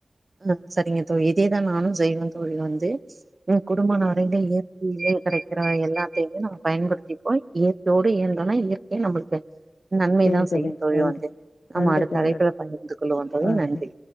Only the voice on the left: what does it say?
சரி
நன்றி.
நன்றி
தோழி.
ஆ
சரி.